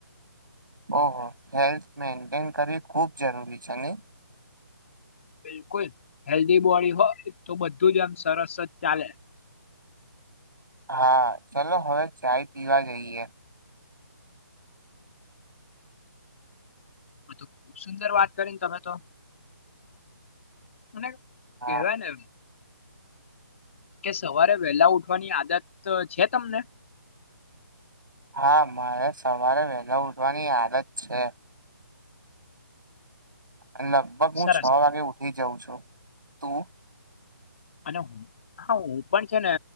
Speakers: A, on the right; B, on the left.
A: ઓહો, હેલ્થ મેન્ટેન કરવી ખૂબ જરૂરી છે નહી?
B: બિલકુલ હેલ્ધી બોડી હોય તો બધું જ એમ સરસ જ ચાલે.
A: હા ચલો હવે ચાય પીવા જઈએ.
B: આ તો ખુબ સુંદર વાત કરીને તમે તો. મને
A: હા
B: કેવાય ને એમ કે સવારે વેલા ઉઠવાની આદત છે તમને?
A: હા મારે સવારે વહેલા ઉઠવાની આદત છે. અને લગભગ હું
B: સરસ
A: છ વાગે ઉઠી જાઉં છું. તું?
B: અને હુ હા હું પણ છે ને